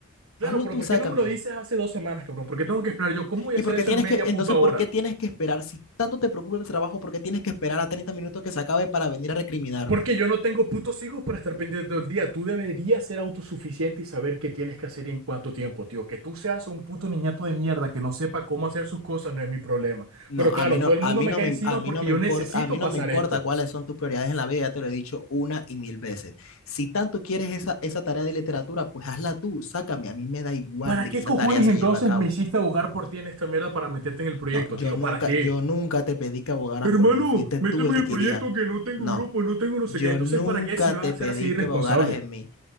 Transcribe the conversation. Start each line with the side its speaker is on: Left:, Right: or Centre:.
Right: Claro,
Left: hazlo
Right: pero
Left: tú
Right: ¿por
Left: y sácame.
Right: qué no me lo dices hace dos semanas, cabrón? ¿Por qué tengo que esperar yo? ¿Cómo voy
Left: ¿Y
Right: a hacer
Left: por
Right: eso
Left: qué tienes
Right: en media
Left: que, entonces,
Right: puta hora?
Left: por qué tienes que esperar? Si tanto te preocupa el trabajo, ¿por qué tienes que esperar a 30 minutos que se acabe para venir a recriminarme?
Right: Porque yo no tengo putos hijos para estar pendiente todo el día. Tú deberías ser autosuficiente y saber qué tienes que hacer y en cuánto tiempo, tío. Que tú seas un puto niñato de mierda que no sepa cómo hacer sus cosas no es mi problema.
Left: No,
Right: Pero claro,
Left: a mí no,
Right: todo el mundo
Left: a mí
Right: me
Left: no
Right: cae
Left: me,
Right: encima
Left: a mí
Right: porque
Left: no
Right: yo
Left: me importa,
Right: necesito
Left: a mí
Right: pasar
Left: no me importa
Right: esto.
Left: cuáles son tus prioridades en la vida, ya te lo he dicho una y mil veces. Si tanto quieres esa, esa tarea de literatura, pues hazla tú, sácame, a mí me da igual
Right: ¿Para
Left: de
Right: qué
Left: que esa
Right: cojones
Left: tarea se
Right: entonces
Left: lleve a cabo.
Right: me hiciste abogar por ti en esta mierda para meterte en el proyecto,
Left: No, yo
Right: tío?
Left: nunca,
Right: ¿Para qué?
Left: yo nunca te pedí que abogaras
Right: Hermano,
Left: por mí, fuiste
Right: méteme
Left: tú el
Right: en
Left: que
Right: el
Left: querías.
Right: proyecto que no tengo
Left: No,
Right: grupo, no tengo no
Left: yo
Right: sé qué. Entonces,
Left: nunca
Right: ¿para qué si vas
Left: te
Right: a ser
Left: pedí
Right: así irresponsable?
Left: que abogaras en mí.